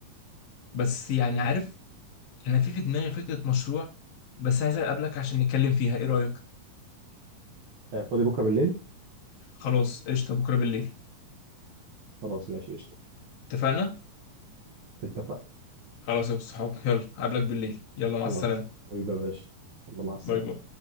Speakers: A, on the left; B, on the right.
A: بس يعني عارف انا في في دماغي فكره مشروع بس عايز اقابلك عشان نتكلم فيها ايه رايك؟
B: آه، فاضي بكرة بالليل
A: خلاص قشطه بكره بالليل
B: خلاص ماشي قشطة
A: اتفقنا؟
B: اتفقنا
A: خلاص يا ابو الصحاب يلا اقابلك بالليل يلا
B: خلاص
A: مع السلامه
B: حبيبي يا باشا الله مع السلامة
A: باي باي